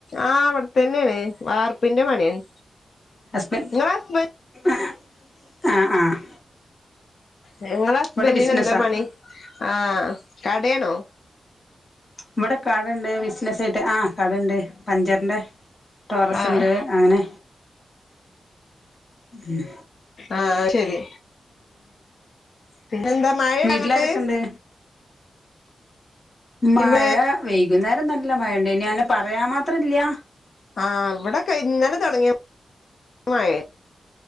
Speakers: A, on the left (about 65°); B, on the left (about 35°).
A: ആ അവിടെത്ത തന്നെയണ് വാർപ്പിന്റെ പണിയാണ്.
B: ഹസ്ബെൻ
A: നിങ്ങളെ ഹസ്ബൻഡിന്
B: ആഹ് ആഹ്
A: നിങ്ങെളെ ഹസ്ബൻഡിന്
B: ഇവിടെ ബിസിനസ്സാ
A: എന്താ പണി ആ കടയണോ?
B: ഇവെടെ കടണ്ട് ബിസിനസായിട്ട് ആ കടണ്ട് പഞ്ചറിന്റെ. ടോറസ്ണ്ട്
A: ആഹ്
B: അങ്ങനെ ഉം.
A: ആഹ് ശരി പിന്നെന്താ മഴേയങ്ങട്ട്.
B: വീട്ടിലാരൊക്കെണ്ട് മഴ
A: ഇവിടെ
B: വെയ്കുന്നേരം നല്ല മഴ ഒണ്ടനി അന്നെ പറയാൻ മാത്രയില്യാ.
A: ആ ഇവെടെക്കെ ഇന്നലെ തൊടങ്ങിയ മഴേയാ